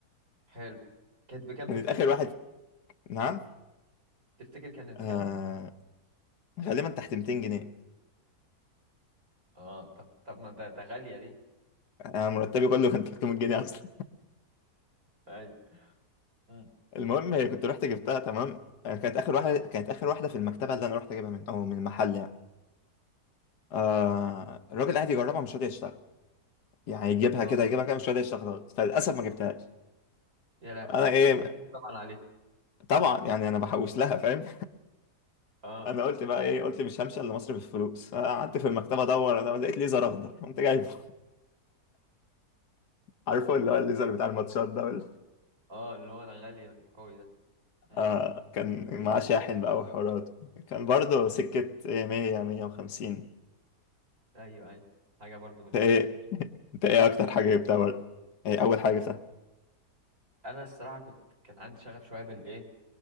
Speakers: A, on the right; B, on the left.
A: حلو كانت بكام
B: كانت
A: تفتكر
B: اخر واحد نعم
A: تفتكر كانت
B: آه.
A: بكام
B: غالبا تحت 200 جنيه
A: اه طب طب ما ده ده غالية دي
B: آه مرتبي كله كان 300 جنيه اصلا
A: ايوه مم.
B: <laughs> المهم هي كنت رحت جبتها تمام آه كانت اخر واحده كانت اخر واحده في المكتبه اللي انا رحت اجيبها من او من المحل يعني آه
A: اه
B: الراجل قاعد يجربها مش راضي يشتغل يعني يجيبها
A: لا
B: كده
A: والله
B: يجيبها كده مش راضي يشتغل خالص فللاسف ما جبتهاش
A: يا لهوي وانت
B: انا ايه
A: كنت هتموت طبعا عليه
B: طبعا يعني انا بحوش لها فاهم
A: اه
B: انا قلت بقى ايه قلت مش همشي الا مصر بالفلوس قعدت في المكتبه ادور انا لقيت ليزر اخضر قمت جايبه <laughs> عارفه اللي هو الليزر بتاع الماتشات ده ولا-
A: اه اللي هو الغالي القوي ده امم
B: آه كان معاه شاحن بقى وحوارات كان برضه سكه إيه 100 150
A: ايوه ايوه حاجه برضو من
B: انت
A: الاخر
B: ايه <laughs> انت ايه اكتر حاجه جبتها برضه ايه اول حاجه جبتها
A: انا الصراحه كنت كان عندي شغف شويه بالايه